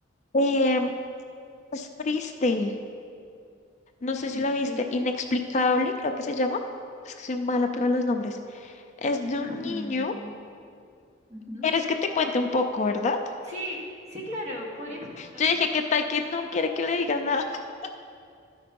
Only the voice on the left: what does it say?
Em, es triste. No sé si la viste.
Inexplicable, creo que se llama. Es que soy mala para los nombres. Es de
un niño.
¿Quieres que te cuente un poco, verdad?
Yo dije, ¿qué tal que no quiere que le digas nada? <laughs>